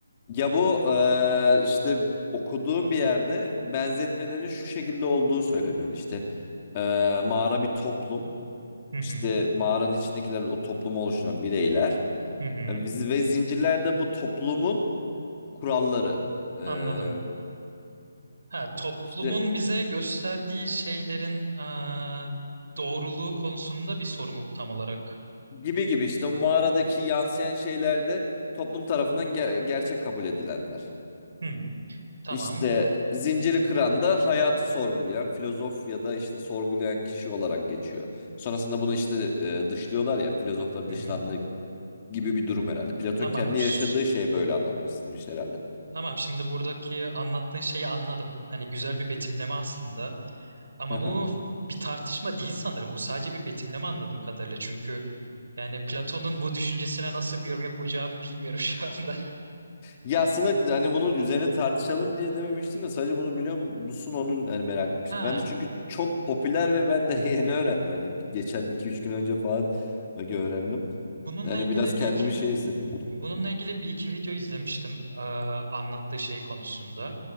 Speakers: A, on the left (about 20°); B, on the right (about 65°).
A: Ya bu eee, işte okuduğum bir yerde benzetmelerin şu şekilde olduğu söyleniyordu. İşte eee, mağara bir toplum.
B: Hı hı.
A: İşte mağaranın içindekiler o toplumu oluşturan bireyler.
B: Hı hı.
A: E, biz- Ve zincirlerde bu toplumun kuralları. Eee
B: Anladım. Ha, toplumun
A: işte
B: bize gösterdiği şeylerin eee, doğruluğu konusunda bir soru mu bu tam olarak?
A: gibi gibi işte o mağaradaki yansıyan şeylerde toplum tarafından ge- gerçek kabul edilenler.
B: Hı. Tamam.
A: İşte zinciri kıran da hayatı sorgulayan filozof ya da işte sorgulayan kişi olarak geçiyor. Sonrasında bunu işte e, dışlıyorlar ya filozoflar
B: Hı
A: dışlandığı
B: hı.
A: gibi bir durum herhalde. Platon
B: Tamam.
A: kendi
B: Ş-
A: yaşadığı şeyi böyle anlatmış istemiş herhalde.
B: Tamam. Şimdi buradaki anlattığın şeyi anladım. Hani güzel bir betimleme aslında. Ama
A: <laughs>
B: bu bir tartışma değil sanırım. Bu sadece bir betimleme anladığım kadarıyla. Çünkü Yani Platon'un bu düşüncesine nasıl bir yorum yapacağımı bilmiyorum şu anda. <laughs>
A: Ya aslında hani bunun üzerine tartışalım diye dememiştim de sadece bunu biliyor musun onun hani merak etmiştim.
B: Ha,
A: Ben de çünkü çok popüler ve ben de <laughs> yeni öğrendim. Hani bir- geçen iki üç gün önce falan öğrendim.
B: bununla
A: Yani
B: ilgili
A: biraz kendimi
B: bir iki
A: şey hissettim.
B: bununla ilgili bir iki video izlemiştim eee, anlattığı şey konusunda.